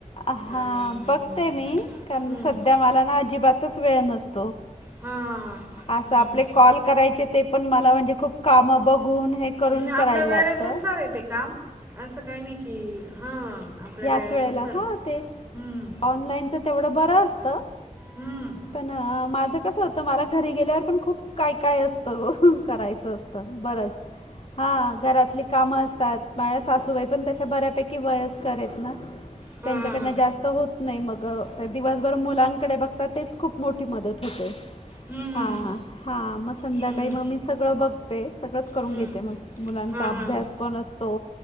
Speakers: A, on the left; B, on the right.
A: अ हां
B: आणि
A: बघते मी कारण
B: हम्म,
A: सध्या मला ना अजिबातच वेळ नसतो.
B: हां हां हां हम्म,
A: असं आपले
B: हम्म.
A: कॉल करायचे ते पण मला <unintelligible> <unintelligible> खूप कामं बघून हे करून
B: न- आपल्या
A: करायला
B: वेळेनुसार
A: लागतं.
B: आहे ते काम असं काही नाही की हां. आपल्या
A: याच
B: वेळेनुसार
A: वेळेला हां
B: आहे
A: ते
B: हम्म,
A: ऑनलाईनच तेवढं बरं असतं,
B: हम्म.
A: पण माझं कसं होतं मला घरी गेल्यावर पण खूप काय काय असतं, करायचं असतं बरच हां घरातली कामं असतात माझ्या सासूबाई पण तशा बऱ्यापैकी वयस्कर आहेत ना,
B: हां
A: त्यांच्याकडनं
B: हां हां
A: जास त होत नाही मग त्या दिवसभर मुलांकडे बघतात तेच खूप मोठी मदत होते.
B: हम्म,
A: हां
B: हम्म,
A: हां, मग संध्याकाळी
B: हम्म. हम्म,
A: मग मी सगळं बघते सगळंच करून
B: हम्म.
A: घेते मग मुलांचा
B: हां
A: अभ्यास
B: हां हां
A: पण असतो